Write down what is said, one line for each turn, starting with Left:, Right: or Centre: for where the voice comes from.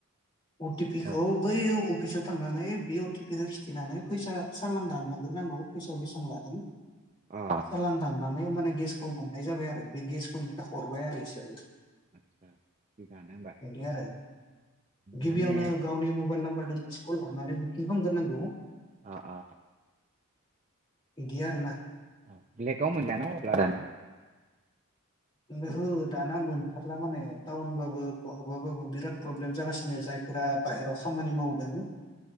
Left: अ टि पि खौ
Right: औ
Left: बै अ अफिसाव थांनानै बे अ टि पि खौ खिथिनानै फैसा सालान दाननां गोरनांगौ फैसाया बेसां लागोन।
Right: अ
Left: सालान दान माने माने गेसखौ मोननाय जाबाय आरो बे गेसखौ हरबाय आरो इसोरो।
Right: आदसा थिगानो होमबा
Left: इदि आरो गिबियावनो
Right: माने
Left: गावनि मु मबाइल नाम्बार दों मिसकल हरनानै बुकिं खामथारनांगौ।
Right: आ आ
Left: इदि आरो ना।
Right: औ ब्लेकाव मोनला न अब्ला दानिया?
Left: ओहो दाना मोनथारला माने टाउनबाबो बहाबाबाबो बिराद प्रब्लेम जागासिनो जायफोरा बाहेराव खामानि मावदों।